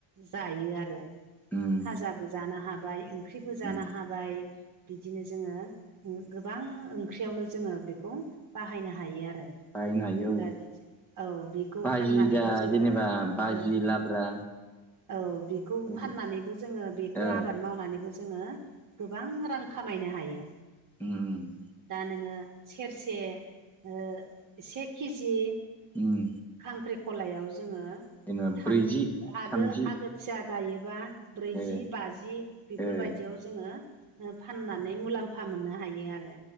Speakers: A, on the right; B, in the centre.
A: जायो आरो
B: उम
A: फाजाबो जानो हाबाय ओंख्रिबो जानो
B: उम
A: हाबाय बिदिनो जोङो गोबां ओंख्रियावनो जोङो बेखौ बाहायनो हायो आरो
B: बाहायनो हायो औ
A: दा बिदिनो औ बेखौ
B: भाजि
A: फाननानैबो
B: जा
A: जोङो
B: जेनेबा भाजि
A: ओ
B: लाब्रा
A: औ बेखौ
B: बेबायदि
A: फाननानैबो जोङो बेखौ
B: ओ
A: आबाद मावनानैबो जोङो गोबां रां खामायनो हायो
B: उम उम
A: दा नोङो सेरसे ओ से केजि
B: उम
A: खांख्रिखलायाव जोङो
B: जेनेबा
A: थाम
B: ब्रैजि
A: आगो
B: थामजि
A: आगो सिया गायोबा ब्रैजि
B: ओ
A: बाजि बेफोरबायदियाव
B: ओ
A: जोङो फनानै मुलामफा मोननो हायो आरो